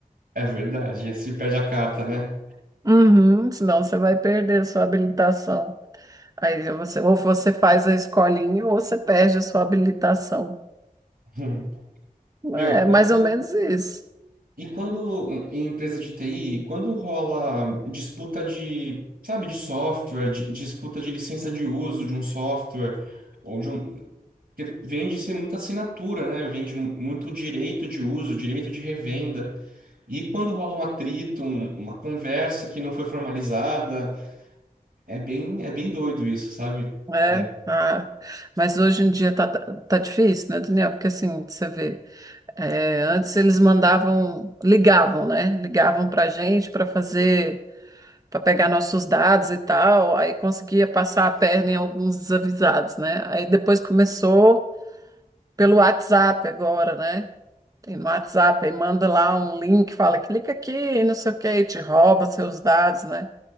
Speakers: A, on the right (about 85°); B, on the right (about 25°).
A: É verdade, se perde a carta, né?
B: Uhum, senão você vai perder a sua habilitação. Aí você, ou você faz a escolinha ou você perde a sua habilitação.
A: <laughs> Meu,
B: É mais
A: e
B: ou menos isso.
A: E quando, em empresa de TI, quando rola disputa de, sabe, de software, de- disputa de licença de uso de um software, ou de um. porque Vem de ser muita assinatura, né? Vem de mu- muito direito de uso, direito de revenda. E quando rola um atrito, um- uma conversa que não foi formalizada, é bem, é bem doido isso, sabe?
B: É,
A: É,
B: ah, mas hoje em dia tá, tá tá difícil, né, Daniel? Porque assim, você vê, é, antes eles mandavam, ligavam, né? Ligavam pra gente para fazer para pegar nossos dados e tal, aí conseguia passar a perna em alguns desavisados, né? Aí depois começou pelo WhatsApp agora, né? Tem no WhatsApp, aí manda lá um link, fala, clica aqui, e não sei o quê, e te rouba seus dados, né?